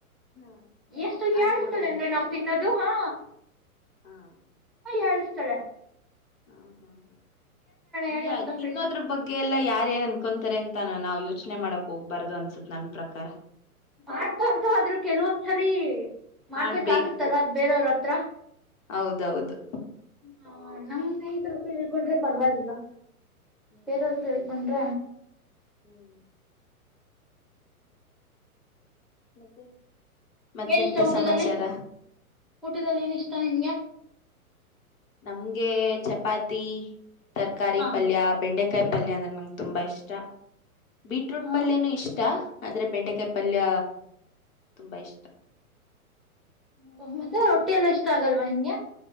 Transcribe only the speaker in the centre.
ಎಷ್ಟು ಹೇಳಳ್ಸ್ತಳೆ
ಅಂದ್ರೆ ನಾವು ತಿನ್ನೋದ ಇದು ಹಾ
ಾಣಿಸಥಳ
ಹೇಳಿ
ಅಂತ
ಫ್ರೆಂಡ್
ಮಾಡ್ಬಾರ್ದು ಆದ್ರರು ಕೆಲವೊಂದ್ಸರಿ ಮಾಡ್ಬೇಕಾಗುತ್ತಲ್ಲ
ಬೇರೆಯವ್ರ ಹತ್ರ ತೃ
ಹ್ಮ ನಮ್ಮ ಸ್ನೇಿತರತ್ರ ಹಳ್ಕೊಂಡ್ರೆ ಪರವಾಗಿವಾಗಿಲ್ಲ
ಬೇರಳ್ ತರು
ಹೇಳಳ್ ಪನ್್ರ
ಏನ ಇಷ್ಟ ಊಟದಲ್ಲಿ
ಊಟದಲ್ಲಿ ಏನ ಇಷ್ಟ ನಿಗೆ
ಹಾ
ಹಾ
ಹ್ಮ್ ಮ ರೊಟ್ಟಿ ಎಲ್ಲಾ ಇಷ್ಟ ಆಗಲ್ವಾ ನಿಮ್ಗೆ